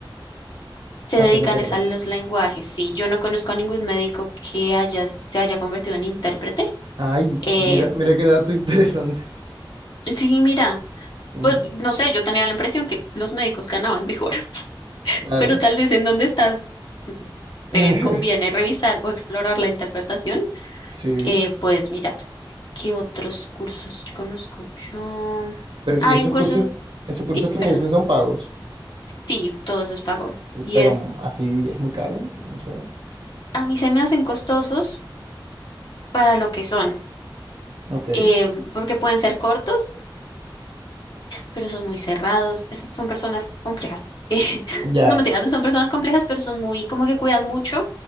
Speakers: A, on the left (about 60°); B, on the right (about 75°).
A: Se
B: a
A: dedican
B: ser intérprete?
A: es a los lenguajes. Sí, yo no conozco a ningún médico que haya, se haya convertido en intérprete.
B: Ay,
A: Eh,
B: mira, mira qué dato <laughs> interesante.
A: sí, mira,
B: Ujú,
A: por- no sé, yo tenía la impresión que los médicos ganaban mejor, <laughs>
B: Claro.
A: pero tal vez en donde estás
B: <laughs>
A: te conviene revisar o explorar la interpretación
B: Sí.
A: Eh, puedes mirar. ¿Qué otros cursos conozco yo?
B: Pero, ¿y
A: Hay
B: esos
A: un curso,
B: cursos, esos cursos
A: sí,
B: que
A: perdón.
B: me dices son pagos?
A: Sí, todo eso es pago.
B: Sí,
A: Y
B: Pero
A: es,
B: mm, así es muy caro, no sé.
A: a mí se me hacen costosos para lo que son,
B: Ok,
A: eh, porque pueden ser cortos, pero son muy cerrados. Esas son personas complejas. <laughs> Eh,
B: ya,
A: no mentira, no son personas complejas, pero son muy, como que cuidan mucho.